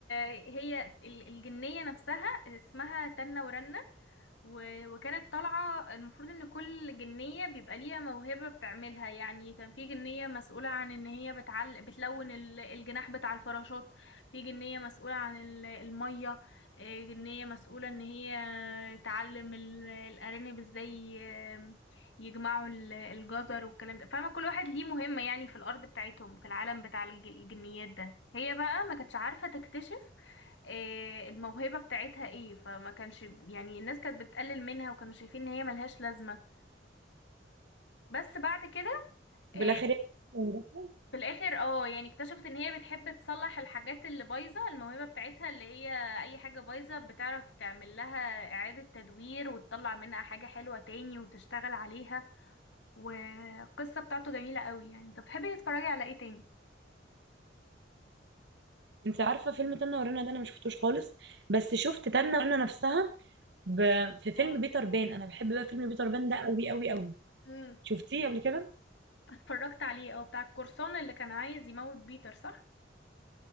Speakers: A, on the left; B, on the right.
A: هي ال- الجنية نفسها اسمها تنة ورنة و... وكانت طالعة المفروض ان كل جنية بيبقى ليها موهبة بتعملها يعني كان في جنية مسؤولة عن ان هي بتعل... بتلون ال- الجناح بتاع الفراشات في جنية مسؤولة عن ال- المية آه، جنية مسؤولة ان هي تعلم ال- الارانب ازاي آه، يجمعوا ال- الجزر والكلام ده فاهمة كل واحد ليه مهمة يعني في الارض بتاعتهم في العالم بتاع الج- الجنيات ده هي بقى ما كانتش عارفة تكتشف إيه الموهبة بتاعتها ايه فما كانش يعني الناس كانت بتقلل منها وكانوا شايفين ان هي ملهاش لازمة بس بعد كده
B: وفي
A: إيه
B: الاخر هي موجودة.
A: في الاخر اه يعني اكتشفت ان هي بتحب تصلح الحاجات اللي بايظة الموهبة بتاعتها اللي هي اي حاجة بايظة بتعرف تعمل لها اعادة تدوير وتطلع منها حاجة حلوة تاني وتشتغل عليها والقصة بتاعته جميلة قوي يعني انت بتحبي تتفرجي على ايه تاني
B: انت عارفه فيلم تنة ورنة ده انا ما شفتوش خالص بس شفت تنة ورنة نفسها ب... في فيلم
A: اه
B: بيتر بان انا بحب بقى فيلم بيتر بان ده قوي قوي قوي
A: امم
B: شفتيه قبل كده
A: اتفرجت عليه اه بتاع القرصان اللي كان عايز يموت بيتر صح